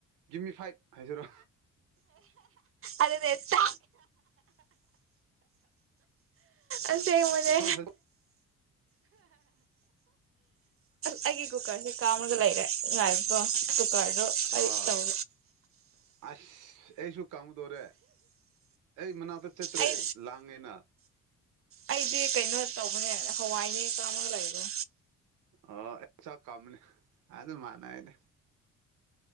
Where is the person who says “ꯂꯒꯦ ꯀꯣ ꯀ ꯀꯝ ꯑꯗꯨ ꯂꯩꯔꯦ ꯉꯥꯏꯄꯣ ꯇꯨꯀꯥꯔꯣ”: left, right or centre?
Right